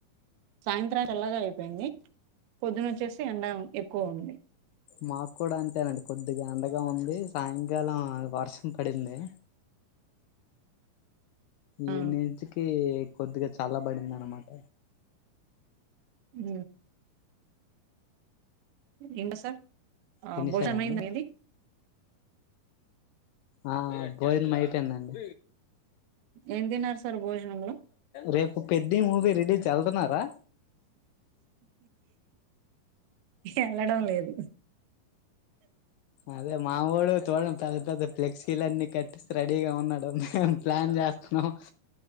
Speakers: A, on the right (about 85°); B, on the left (about 80°).
A: సాయిత్రం చల్లగా అయిపోయింది పొద్దున ఒచ్చేసి ఎండ ఎక్కువ ఉంది
B: మాక్ కూడా అంతేనండి కొద్దిగా ఎండగా ఉంది సాయిన్కాలం వర్షం పడింది
A: ఆ
B: ఇవ్ నించికీ కొద్దిగా చాలా బడింది అన్మాట
A: ఉ ఇంగ సార్ ఆ
B: తినేసారండి
A: భోజనం అయిందా ఇది
B: ఆ భోజనం అయిపోయిందండి
A: ఏం తిన్నారు సార్ భోజనంలో
B: రేప్ ఒ పెద్ది మూవీ రిలీజ్ చేల్తున్నారా
A: ఎళ్ళడం లేదు
B: అదే మావోడు తోను పెద్ద పెద్ద ఫ్లెక్సీలన్ని కట్టి రెడీగా ఉన్నాడు మేము ప్లాన్ చేస్తున్నాం